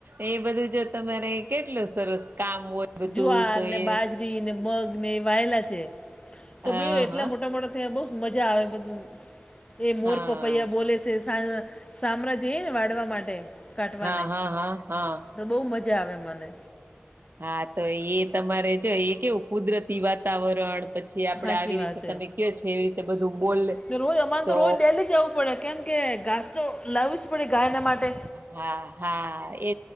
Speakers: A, on the right; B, on the left.
A: એ બધું જો તમારે કેટલું સરસ કામ હોય. બધું
B: જુવાર
A: તો
B: ને
A: એ
B: બાજરી ને મગ ને એ વાયેલા છે, તો
A: હા
B: એટલા
A: હા
B: મોટા મોટા ત્યા બહુ જ મજા આવે એ બધું, એ મોર,
A: હા
B: પપ- પૈયા બોલે છે, <unintelligible> સામમાં જઈએને, વાઢવા માટે કાટવાને.
A: હા હા હા હા
B: તો બહુ મજા આવે અમને.
A: હા તો એ તમારે જો એ કેવું કુદરતી વાતાવરણ પછી આપડે
B: સાચી
A: આવી રીતે
B: વાત
A: તમે
B: હે.
A: કયો એવી રીતે બોલે
B: ને રોજ અમારે
A: તો
B: રોજ ડેલી જવું પડે કેમ? કે ઘાસ તો લાવું જ પડે ગાયના માટે
A: હા, હા એ